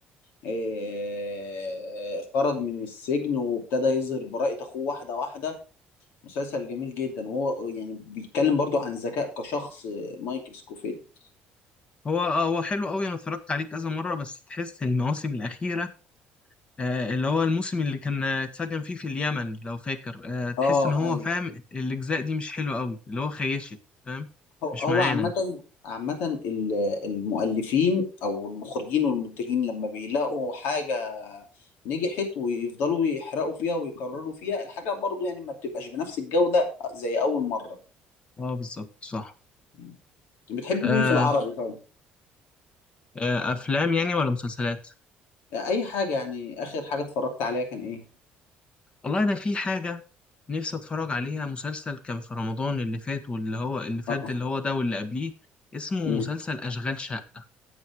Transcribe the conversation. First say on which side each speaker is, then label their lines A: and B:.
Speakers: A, on the left; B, on the left.
A: آه، خرج من السجن وابتدى يظهر براءة اخوه واحدة واحدة مسلسل جميل جدا وهو يعني بيتكلم برضو عن ذكاء كشخص آه، مايكل سكوفيلد
B: هو آه، هو حلو قوي انا اتفرجت عليه كذا مرة بس تحس المواسم الأخيرة آه، اللي هو الموسم اللي كان آه، اتسجن فيه في اليمن لو فاكر آه، تحس
A: اه
B: ان هو
A: ايوه
B: فاهم الاجزاء دي مش حلوه قوي اللي هو خيشت فاهم
A: هو
B: مش
A: هو
B: معانا
A: عامة عامة ال- المؤلفين أو المخرجين والمنتجين لما بيلاقوا حاجة نجحت ويفضلوا يحرقوا فيها ويكرروا فيها الحاجة برضو يعني ما بتبقاش بنفس الجودة زي أول مرة
B: اه بالظبط صح
A: مم. بتحب
B: آه،
A: مين في العربي طيب؟
B: آه، افلام يعني ولا مسلسلات
A: أي حاجة يعني آخر حاجة اتفرجت عليها كان إيه؟
B: والله انا في حاجه نفسي اتفرج عليها مسلسل كان في رمضان اللي فات واللي هو اللي فات
A: اه
B: ده اللي هو ده واللي قبليه اسمه
A: مم.
B: مسلسل اشغال شقه